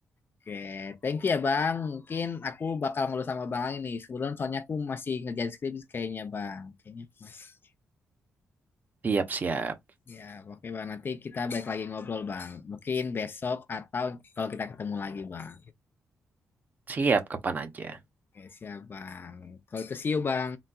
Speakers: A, on the left; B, on the right.
A: Oke, thank you ya Bang. Mungkin aku bakal ngobrol sama Bang ini. Sebelum soalnya aku masih ngerjain skripsi kayaknya Bang. Kayaknya aku masih.
B: Siap, siap.
A: Ya, oke Bang. Nanti kita balik lagi ngobrol Bang. Mungkin besok atau kalau kita ketemu lagi Bang.
B: Siap kapan aja.
A: Oke, siap Bang. Kalau itu see you Bang.